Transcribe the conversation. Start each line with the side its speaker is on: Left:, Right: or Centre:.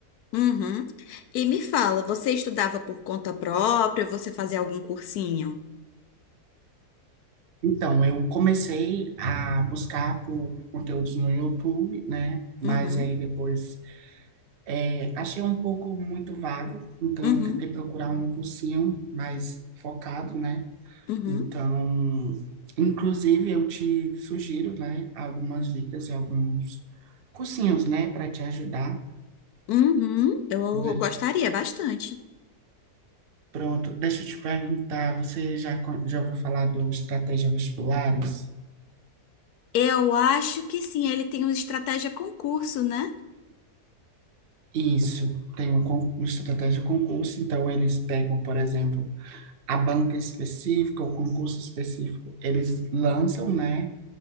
Left: Uhum. E me fala, você estudava por conta própria ou você fazia algum cursinho?
Right: Então, eu comecei a buscar por conteúdos no YouTube, né? Mas
Left: Uhum.
Right: aí depois é, achei um pouco muito vago, então
Left: Uhum.
Right: eu tentei procurar um cursinho mais focado, né?
Left: Uhum.
Right: Então, inclusive, eu te sugiro, né, algumas dicas e alguns cursinhos, né, para te ajudar.
Left: Uhum. Eu
Right: De-
Left: gostaria bastante.
Right: pronto, deixa eu te perguntar, você já, con- já ouviu falar do Estratégia Vestibulares?
Left: Eu acho que sim, ele tem uma estratégia concurso, né?
Right: Isso, tem um, con- uma estratégia de concurso, então eles pegam, por exemplo, a banca específica, o concurso específico, eles lançam, né,